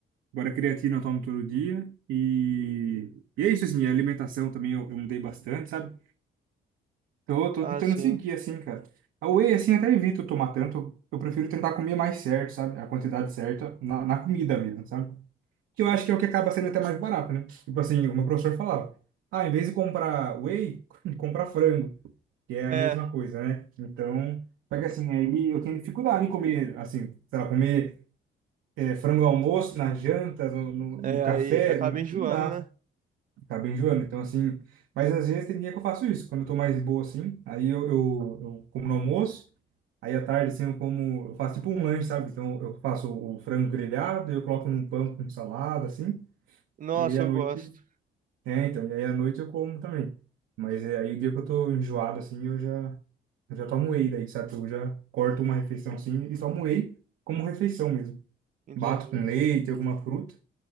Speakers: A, on the right (about 85°); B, on the right (about 45°).
A: Agora creatina eu tomo todo dia. E, e é isso, assim, a alimentação também eu, eu mudei bastante, sabe? Então eu tô
B: Ah,
A: tentando
B: sim.
A: seguir, assim, cara. A whey, assim, até evito tomar tanto. Eu prefiro tentar comer mais certo, sabe? A quantidade certa na, na comida mesmo, sabe? Que eu acho que é o que acaba sendo até mais barato, né? Tipo assim, o meu professor falava, ah, em vez de comprar whey, <laughs> comprar frango, que é
B: É,
A: a mesma coisa, né? Então, só que assim, aí eu tenho dificuldade em comer, assim, sei lá, comer eh, frango no almoço, na janta, no, no,
B: é,
A: no café,
B: aí acaba
A: não,
B: enjoando,
A: não dá,
B: né?
A: acaba enjoando. Então, assim, mas às vezes tem dia que eu faço isso, quando eu tô mais de boa, assim, aí eu, eu, eu como no almoço, Aí à tarde, assim, eu como, eu faço tipo um lanche, sabe? Então eu faço o frango grelhado, eu coloco num pão com salada, assim,
B: Nossa,
A: e aí à
B: eu
A: noite
B: gosto.
A: é, então, e aí à noite eu como também. Mas é, aí o dia que eu tô enjoado, assim, eu já, eu já tomo whey daí, sabe? Eu já corto uma refeição assim e tomo whey como refeição mesmo.
B: Entendi.
A: Bato com leite, alguma fruta,